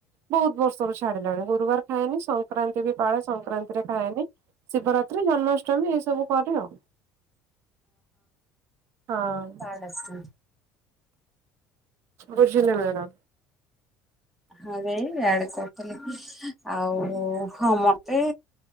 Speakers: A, on the right; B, in the centre.
A: ବହୁତ ବର୍ଷରୁ ଛାଡିଲିଣି ଗୁରୁବାର ଖାଏନି। ସଂକ୍ ସଂକ୍ରାନ୍ତି ବି ପାଳେ ସଂକ୍ରାନ୍ତିରେ ଖାଏନି ଶିବରାତ୍ରୀ ଜନ୍ମା ଷ୍ଟୀ ଏସବୁ କରେ ଆଉ ହଁ।
B: ଆସିଛନ୍ତି।
A: ବୁଝିଲି ମ୍ୟାଡ଼ାମ।
B: ହଁ ଯେ ଇଆଡେ କହୁଥିଲେ କି ଆଉ ହଁ ମତେ